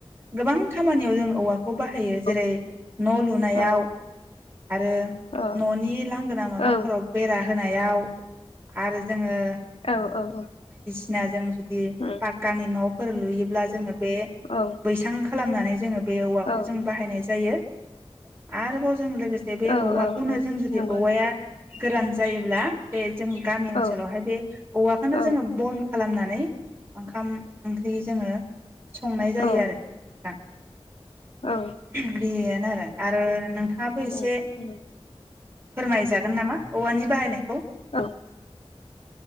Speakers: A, on the right; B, on the left.
A: गोबां खामानियाव जों औवा खौ बाहायो
B: औ
A: जेरै न लुनायाव
B: औ
A: आरो
B: अ
A: ननि लांगोना मोखांफोराव
B: औ
A: बेरा होनाय हायाव आरो जोङो
B: औ औ औ
A: <unintelligible> <unintelligible>
B: उम
A: पाकानि न फोर लुयोब्ला जोङो बे
B: औ
A: बैसां खालामनानै जोङो बे औवाखौ
B: औ
A: जों बाहायनाय जायो आरोबाव जों लोगोसे बे
B: औ
A: औवाखौनो
B: औ औ
A: जों जुदि
B: नंगौ
A: औवाया
B: नोंथां
A: गोरान जायोब्ला बे जों गामि ओनसोलावहाय
B: औ
A: बे औवाखौनो
B: औ
A: जोङो बन खालामनानै ओंखाम ओंख्रि जोङो संनाय जायो
B: औ
A: आरो नोंथां <inaudible>
B: औ
A: बेयानो आरो आरो नोंथाङाबो एसे
B: उम
A: फोरमायजागोन
B: उम
A: नामा औवानि बाहायनायखौ
B: औ